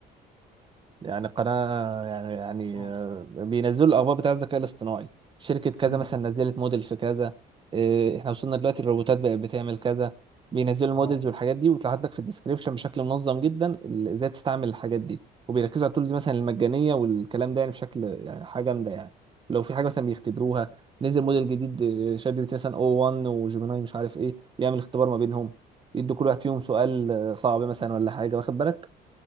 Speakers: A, on the right (about 30°); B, on the left (about 45°).
A: يعني قناة يعني يعني
B: اه
A: آه، بينزلوا الأخبار بتاعة الذكاء الاصطناعي شركة كذا
B: امم
A: مثلا نزلت موديل في كذا آه، احنا وصلنا دلوقتي الروبوتات بقت بتعمل كذا بينزلوا
B: اه
A: المودلز والحاجات دي وتلاحظ لك في الديسكريبشن بشكل منظم جدا ال- ازاي تستعمل الحاجات دي وبيركزوا على التولز مثلا المجانية والكلام ده يعني بشكل يعني حاجة جامدة يعني لو في حاجة مثلا بيختبروها نزل موديل جديد آه، شات جي بي تي مثلا او 1 وجيميناي مش عارف ايه يعمل اختبار ما بينهم يدوا كل واحد فيهم سؤال آه، صعب مثلا ولا حاجة واخد بالك